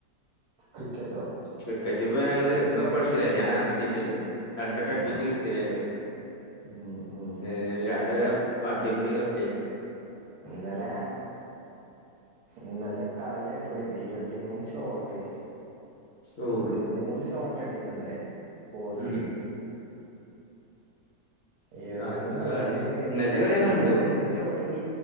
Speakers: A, on the right (about 80°); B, on the left (about 65°).
A: ക്രിക്കറ്റോ
B: ക്രിക്കറ്റിപ്പോ ഞങ്ങള്
A: ക്രിക്കറ്റിനെ
B: കപ്പടിച്ചില്ലേ ഞാനാ <unintelligible> രണ്ട്ട്ടം അടിപ്പിച്ച്
A: ആ
B: എടുത്തില്ലേ ഞങ്ങള്
A: ഉം ഉം
B: ഏ <unintelligible> അടിപൊളി കളിയ
A: ഇന്നല ഇന്നല്ത്തെ കളി അടി അടിപൊളിയാരുന്നു ഇരുപത്തിമൂന്ന് ഷോർട്ട്
B: ഓഹ്
A: ഇരിപ്പത്തിമൂന്ന് ഷോർട്ട് അടിച്ചു വീണു ഇന്നലെ ഓ
B: ഉം
A: ശരി ഇരുപത്തിമൂന്ന്
B: നല്ല
A: ഷോട്ടിലെ
B: കളി ഇന്നലത്തെ കളി ഞാൻ
A: ഇരുപത്തിമൂന്ന്
B: കണ്ടു
A: ഷോട്ട് ഒക്കെ